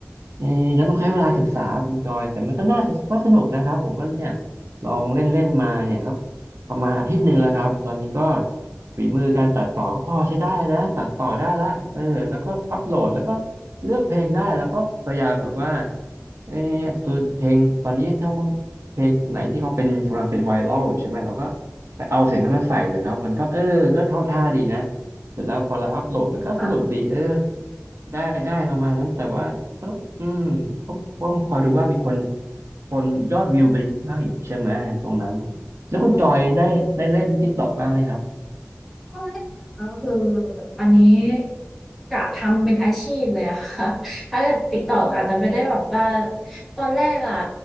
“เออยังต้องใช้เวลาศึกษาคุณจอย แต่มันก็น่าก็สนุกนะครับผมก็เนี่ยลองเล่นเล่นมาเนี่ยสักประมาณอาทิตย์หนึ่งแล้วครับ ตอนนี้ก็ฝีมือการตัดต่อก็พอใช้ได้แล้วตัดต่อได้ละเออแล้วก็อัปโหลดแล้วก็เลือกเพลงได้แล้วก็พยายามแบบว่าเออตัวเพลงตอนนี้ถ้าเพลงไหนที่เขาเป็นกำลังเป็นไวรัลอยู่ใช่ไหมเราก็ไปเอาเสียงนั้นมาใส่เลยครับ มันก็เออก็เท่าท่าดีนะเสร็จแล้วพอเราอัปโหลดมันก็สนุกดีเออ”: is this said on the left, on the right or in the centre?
Right